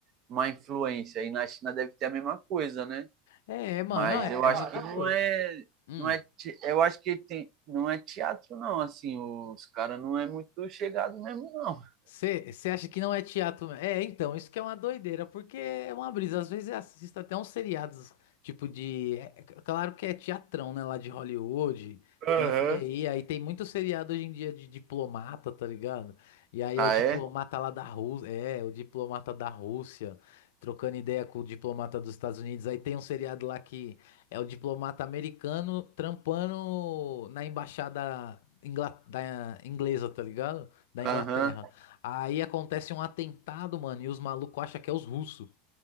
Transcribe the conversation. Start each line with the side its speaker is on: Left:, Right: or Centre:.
Right: uma influência. E na China deve ter a mesma coisa, né?
Left: é, mano,
Right: Mas
Left: não, é,
Right: é, eu
Left: é
Right: acho
Left: muito
Right: que não
Left: doido.
Right: é.
Left: Hum.
Right: Não é eu acho que tem, não é teatro, não. Assim, os caras não é muito chegado mesmo, não.
Left: Você acha que não é teatro? É, então, isso que é uma doideira, porque é uma brisa. Às vezes eu assisto até uns seriados, tipo de. é- é claro que é teatrão, né? Lá de Hollywood, tem
Right: Aham.
Left: FBI,
Right: Uhum.
Left: aí tem muito seriado hoje em dia de diplomata, tá ligado? E aí
Right: Ah,
Left: é o diplomata
Right: é?
Left: lá da Rússia. É, o diplomata da Rússia, trocando ideia com o diplomata dos Estados Unidos. Aí tem um seriado lá que é o diplomata americano trampando na embaixada ingla- da inglesa, tá ligado? Da Inglaterra.
Right: Aham. Uhum.
Left: Aí acontece um atentado, mano, e os malucos acham que é os russos.